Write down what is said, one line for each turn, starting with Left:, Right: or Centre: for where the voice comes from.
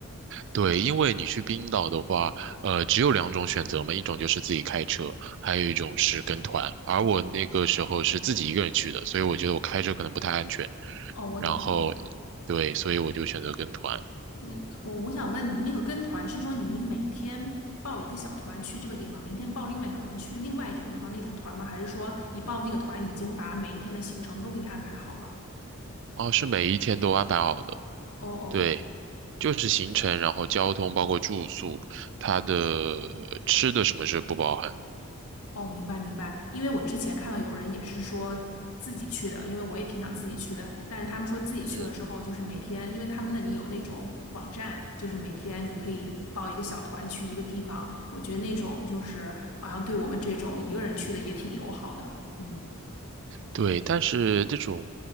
Right: 对，因为你去冰岛的话，呃，只有两种选择嘛，一种就是自己开车，还有一种是跟团。而我那个时候是自己一个人去的，所以我觉得我开车可能不太安全。
Left: 哦，我懂。
Right: 然后，对，所以我就选择跟团。
Left: 嗯，我我想问你，那个跟团是说你每天报一个小团去这个地方，明天报另外一小团去另外一种地方那种团吗？还是说你报那个团已经把每一天的行程都给你安排好了？
Right: 哦，是每一天都安排好的，
Left: 哦哦，
Right: 对，就是行程，然后交通，包括住宿，它的吃的什么是不包含的。
Left: 哦，明白明白，因为我之前看到有人也是说自己去的，因为我也挺想自己去的，但是他们说自己去了之后，
Right: 嗯，
Left: 就是每天，因为他们那里有那种网站，就是每天你可以报一个小团去一个地方，我觉得那种就是好像对我们这种一个人去的也挺友好的，嗯，
Right: 对，但是这种